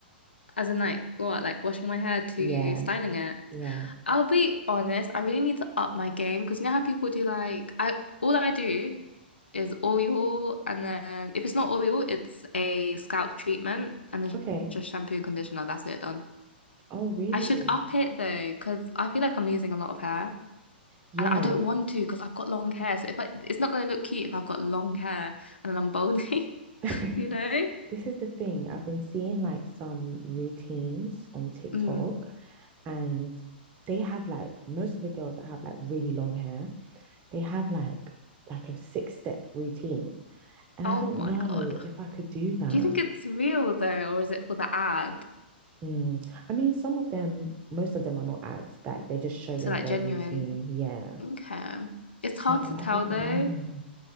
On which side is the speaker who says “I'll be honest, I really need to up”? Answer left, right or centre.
Left